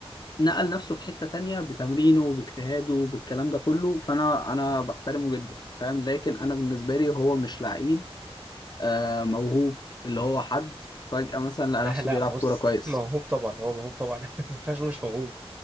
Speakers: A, on the left; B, on the right.
A: نقل نفسه في حتة تانية بتمرينه باجتهاده بالكلام ده كله فانا انا بحترمه جدا فاهم لكن انا بالنسبة لي هو مش لعيب آه، موهوب اللي هو حد فجأة مثلا لقى
B: لا
A: نفسه
B: لا
A: بيلعب
B: بص
A: كورة كويس
B: <laughs> موهوب طبعا هو موهوب طبعا <laughs> ما ينفعش نقول مش موهوب